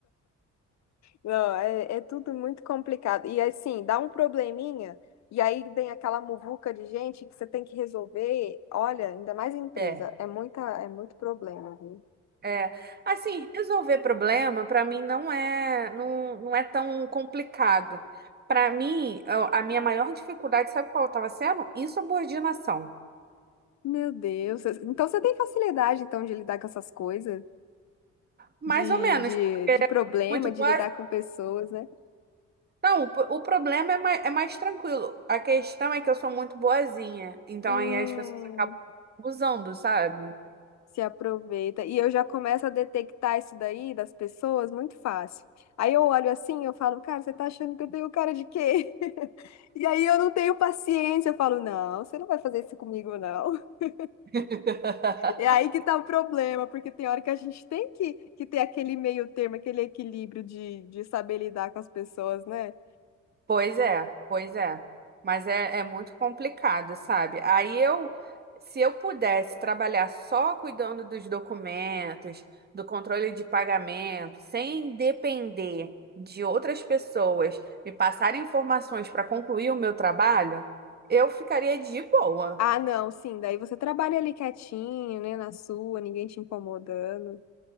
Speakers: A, on the left; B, on the right.
A: Não, é, é tudo muito complicado. E assim, dá um probleminha, e aí vem aquela muvuca de gente que você tem que resolver. Olha, ainda mais em empresa,
B: É.
A: é muita, é muito problema, viu?
B: É, assim, resolver problema para mim não é não, não é tão complicado. Para mim, eu- a minha maior dificuldade, sabe qual estava sendo? Insubordinação.
A: Meu Deus. Então você tem facilidade então de lidar com essas coisas,
B: Mais
A: de,
B: ou menos,
A: de,
B: porque
A: de
B: é
A: problema,
B: muito boa
A: de lidar com pessoas, né?
B: Não, o, pro- o problema é mais, é mais tranquilo. A questão é que eu sou muito boazinha. Então
A: Hum,
B: aí as pessoas acabam abusando, sabe?
A: se aproveita. E eu já começo a detectar isso daí das pessoas muito fácil. Aí eu olho assim, eu falo, cara, você tá achando que eu tenho cara de quê? E aí eu não tenho paciência, eu falo, não, você não vai fazer isso comigo, não. <laughs>
B: <laughs>
A: É aí que tá o problema, porque tem hora que a gente tem que, que ter aquele meio termo, aquele equilíbrio de, de saber lidar com as pessoas, né?
B: Pois é, pois é. Mas é, é muito complicado, sabe? Aí eu, se eu pudesse trabalhar só cuidando dos documentos, do controle de pagamento, sem depender de outras pessoas me passarem informações para concluir o meu trabalho, eu ficaria de boa.
A: Ah, não, sim, daí você trabalha ali quietinho, né, na sua, ninguém te incomodando.